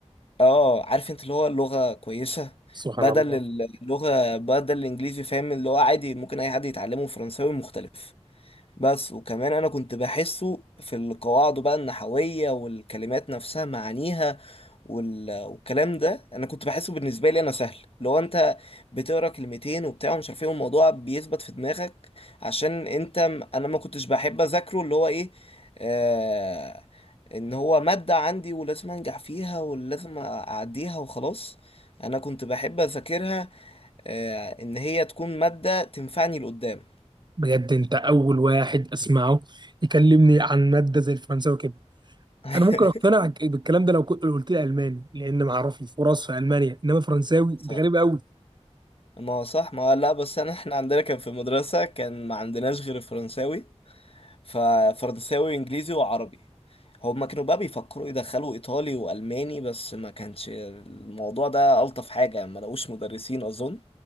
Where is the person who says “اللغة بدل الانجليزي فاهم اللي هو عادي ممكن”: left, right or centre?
Left